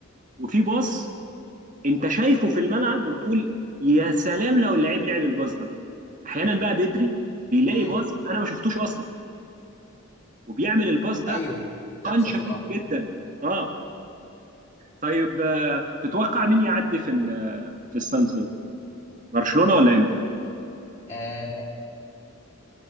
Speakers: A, on the right; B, on the left.
A: وفي باص انت شايفه في الملعب وبتقول يا سلام لو اللعيب لعب الباص ده احيانا بقى بدري بيلاقي
B: امم
A: باص انا ما شفتوش اصلا وبيعمل الباص ده
B: ايوه بتحصل
A: قان شديد
B: صراحة
A: جدا اه طيب آه، تتوقع مين يعدي في ال- في السان سيرو برشلونه ولا انتر
B: آه،